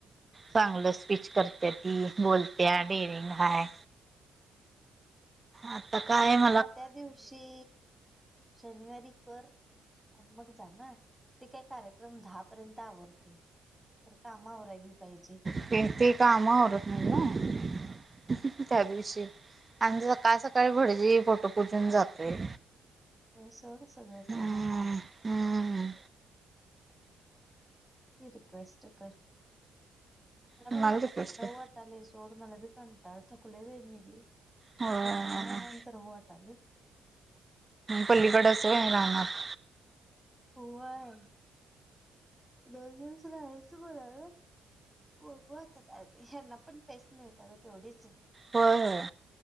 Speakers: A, on the right; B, in the centre.
A: चांगलं स्पीच करत्या ती, बोलत्या डेरिंग हाय आता काय म
B: म त्या दिवशी शनिवारी कर आणि मग जा ना. ते काय कार क्रम दहा पर्यंत आवरतोय, खर काम आवराय बी पायजे.
A: <unintelligible> काम आवरत नाइ न त्या दिवशी आणि सकाळ-सकाळी भडजी फोटो पूजून जातोय.
B: होय सोड सगळं
A: हम्म
B: आवगड
A: हम्म
B: रिक्वेस्ट कर. <unintelligible> राहू
A: कुणाला रिक्वेस्ट कर
B: वाट टालय सोड, मला बी कंटाळ, थकलोय बाई मी बी
A: होय.
B: जरा निवांत राहू वाटालय
A: पलीकडच होय रानात?
B: होय. दोन दिवस राहायचं म्हणलोय बगू आता काय होतय, ह्यांना पण पेस मिळत्या ग तेवढीच
A: होय होय.